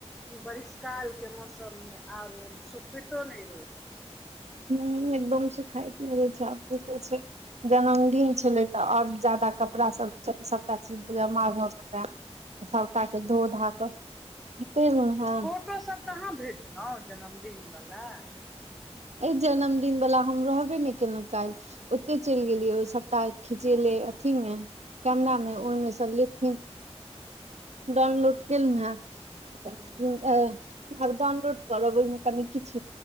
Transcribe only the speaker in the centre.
बरिशकाल केँ मौसम मे आओर सुखैतो नय रहै छै
छै
तऽ फोटो सब कहाँ भेजलहुँ जन्मदिन वला
हूँ
हँ